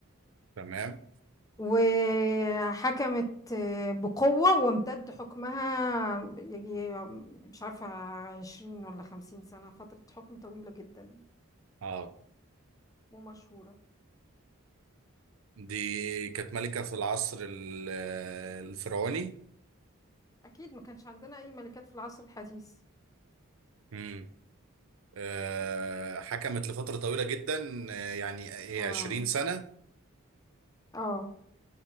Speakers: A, on the right; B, on the left.
A: تمام
B: وحكمت بقوة وامتد حكمها يجي مش عارفة عشرين ولا خمسين سنة فترة حكم طويلة جدا
A: اه
B: ومشهورة
A: دي كانت ملكة في العصر ال- الفرعوني
B: أكيد ما كانش عندنا أي ملكات في العصر الحديث
A: امم آه، حكمت لفترة طويلة جدا آه، يعني هي
B: اه
A: 20 سنة
B: اه